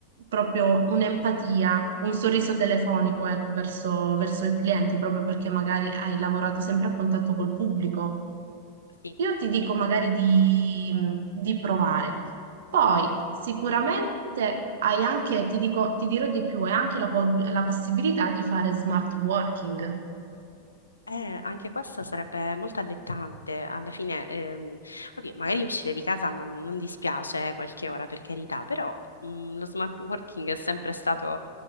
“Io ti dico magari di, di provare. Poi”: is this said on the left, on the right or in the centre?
Right